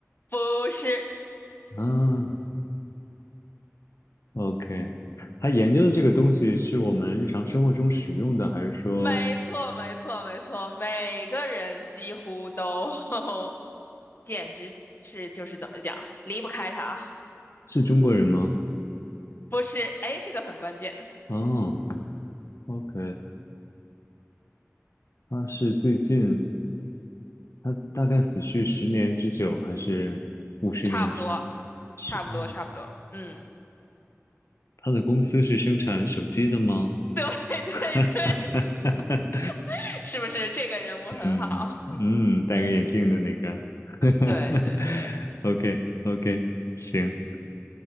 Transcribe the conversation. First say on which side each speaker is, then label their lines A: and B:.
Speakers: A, on the left; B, on the left.
A: 不是，
B: 啊？OK，他研究的这个东西是我们日常生活中使用的，还是说是是
A: 没错，没错，没错，每个人几乎都，<laughs> 简直是就是怎么讲，离不开它。
B: 中国人吗？
A: 不是，哎，这个很关键。
B: 哦，OK，他是最近，他大概死去十年之久，还是五十年之？
A: 差不多，
B: 是哦，
A: 差不多，差不多。嗯，
B: 他的公司是生产手机的吗？
A: 对
B: <laughs>
A: <laughs>
B: 哈哈哈哈哈
A: 对对，<laughs> 是不是这个人物很好？
B: 嗯嗯，戴个眼镜的那个 <laughs>，OK
A: <laughs> 对对对，
B: OK，行，